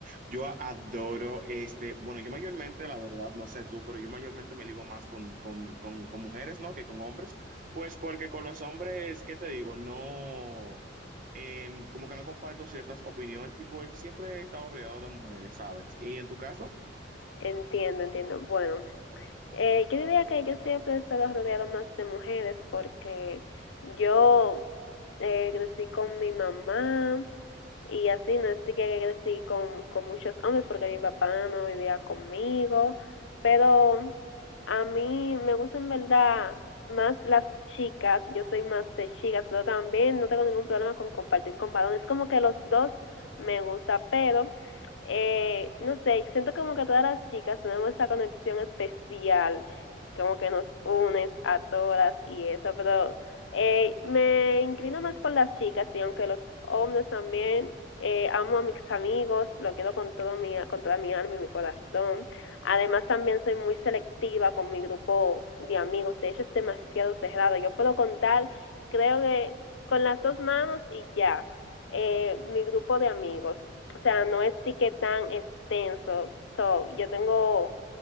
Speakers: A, on the right; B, on the left.
A: Yo a- adoro, este, bueno, yo mayormente, la verdad, no sé tú, pero yo mayormente me ligo más con, con, con, con mujeres, ¿no? Que con hombres, pues porque con los hombres, ¿qué te digo? No, eh, como que no comparto ciertas opiniones y pues siempre he estado rodeado de mujeres, ¿sabes? ¿Y en tu caso?
B: Entiendo, entiendo. Bueno, eh, yo diría que yo siempre he estado rodeado más de mujeres porque yo eh, crecí con mi mamá, y así no estoy que crecí con, con muchos hombres porque mi papá no vivía conmigo, pero a mí me gustan en verdad más las chicas, yo soy más de chicas, pero también no tengo ningún problema con compartir con varones, como que los dos me gusta, pero eh, no sé, siento como que todas las chicas tenemos esta conexión especial, como que nos unes a todas y eso, pero eh, me inclino más por las chicas y aunque los hombres también eh, amo a mis amigos, lo quiero con, todo mi, con toda mi alma y mi corazón. Además también soy muy selectiva con mi grupo de amigos, de hecho es demasiado cerrado. Yo puedo contar, creo que con las dos manos y ya, eh, mi grupo de amigos. O sea, no es que tan extenso. So, yo tengo